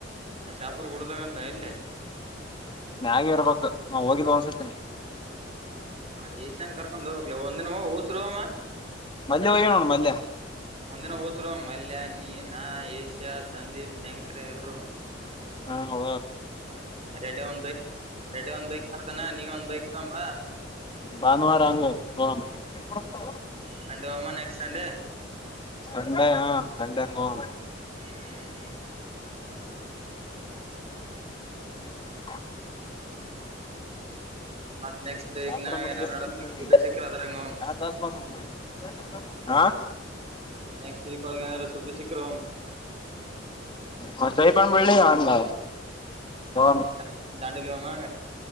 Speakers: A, on the right; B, on the left.
A: ಶಾಪರ್ ಕುಡ್ದಾಗ ಎಲ್ಲಿ
B: ಮ್ಯಾಗ ಇರ್ಬೇಕು ನಾ ಹೋಗಿದ್ದು ಅನ್ಸತೀನಿ
A: ಹ ಏಷನ್ ಕರ್ಕೊಂಡ್ ದ ಒಂದಿನ ಉಸ್ರುಮ
B: ಮಲ್ಲೆ ಹೋಗ್ಯ ನೋಡ್ ಮಲ್ಲೆ
A: ಒಂದಿನ ಹುಸ್ರ ಮಲ್ಲಯ ನೀ ನಾ ಎಸ ಶ್ಯ ಸಂದೀಪ್ ಶಂಕರೆ ಎಲ್ರೂ
B: ಹಾ ಹೋ
A: ರೆಡಿ ಒಂದೈ ರೆಡಿ ಒಂದೈತ ಅದಾನ ನೀವ ಒಂದಐಕ್ತಂಬ
B: ಭಾನುವಾರ ಅಂಗ್ ಎಪ್ಪಡಸ್ಾವ
A: ಸಂಡೇವಾಮ ನೆಕ್ಸ್ಟ್ ಸಂಡೆ
B: ಸಂಡೇ ಹಾ ಸಂಡೆ ಹೋಮ
A: ಹ್ಮ್
B: <inaudible>
A: ಮತ್ ನೆಕ್ಸ್ಟ್ ವೀಕ್
B: ಶಾಪರ
A: ನ
B: ಮ
A: ಏನಾರ ನಡ
B: ತಿಲ್ಲಿ ಮ
A: ಸುಟಿ ಸಿಕ್ಕ್ರ ಅದ್ರಾಗ ನೋಮ್
B: ಆರ್ದಾಸ ಬ <unintelligible> ಹಾ
A: ನೆಕ್ಸ್ಟ್ ವೀಕ್ ಒಳಗ ಏನಾರ ಸುಟಿ ಸಿಕ್ಕ್ರ ಹೋಮ್
B: ಹ ಸರಿಬಾ ಬೆಳಿ ಅಂದ ಹೋಗಮ್
A: ದ ದಾಂಡೇಲಿ ಹೋಮ